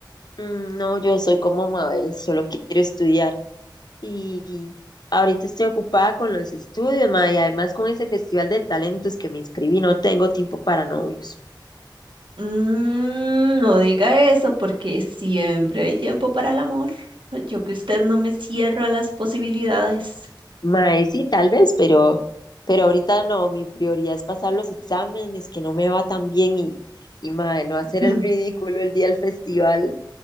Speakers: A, on the left; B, on the right.
A: Mm, no, yo soy como Mabel, solo quiero estudiar. Y ahorita estoy ocupada con los estudios, mae, y además con ese festival de talentos que me inscribí, no tengo tiempo para novios.
B: Mm, no diga eso porque siempre hay tiempo para el amor. Yo que usted no me cierro a las posibilidades.
A: Mae, sí, tal vez, pero, pero ahorita no, mi prioridad es pasar los exámenes, que no me va tan bien y, y mae, no hacer
B: <laughs>
A: el ridículo el día del festival.